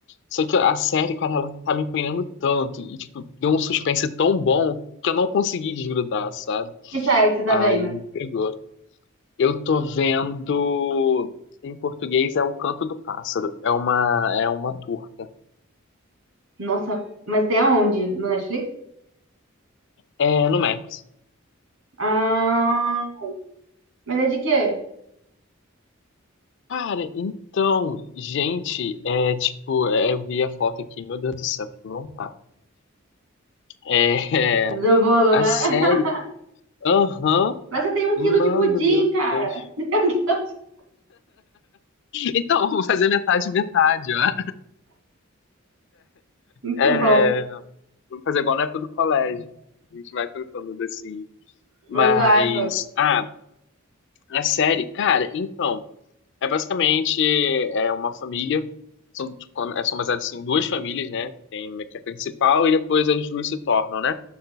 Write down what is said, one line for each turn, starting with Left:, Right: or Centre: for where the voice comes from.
Left: Só que a série, cara, ela tá me prendendo tanto e tipo, deu um suspense tão bom que eu não consegui desgrudar, sabe?
Right: Que série que você tá
Left: Aí
Right: vendo?
Left: me pegou. Eu tô vendo, em português é O Canto do Pássaro, é uma é uma turca.
Right: Nossa, mas tem aonde? No Netflix?
Left: É no Max.
Right: Ah, mas é de quê?
Left: Cara, então, gente, é tipo, é, eu vi a foto aqui, meu Deus do céu, que vontade. É, <laughs>
Right: Do bolo,
Left: a
Right: né?
Left: série,
Right: <laughs>
Left: aham,
Right: Mas você tem um
Left: mano,
Right: quilo de pudim,
Left: meu
Right: cara.
Left: Deus.
Right: <laughs>
Left: Então, vou fazer metade, metade, ó.
Right: Muito
Left: É,
Right: bom.
Left: vou fazer igual na época do colégio. A gente vai trocando assim. Mas,
Right: Exato.
Left: ah, a série, cara, então, é basicamente é uma família. São, é, são baseadas assim, em duas famílias, né? Tem a que é a principal e depois as duas se tornam, né?